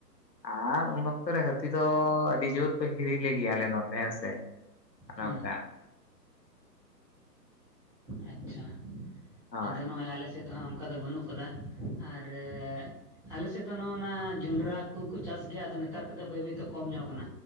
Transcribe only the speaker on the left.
ᱟᱨ ᱩᱱ ᱚᱠᱛᱚ ᱨᱮ ᱦᱟᱹᱛᱤ ᱫᱚ ᱟᱹᱰᱤ ᱡᱳᱨ ᱠᱚ ᱦᱤᱨᱤ ᱞᱮᱜᱮᱭᱟ ᱟᱞᱮ ᱱᱚᱛᱮ ᱦᱮᱸ ᱥᱮ ᱟᱫᱚ
ᱚᱝᱠᱟᱫ
ᱦᱳᱭ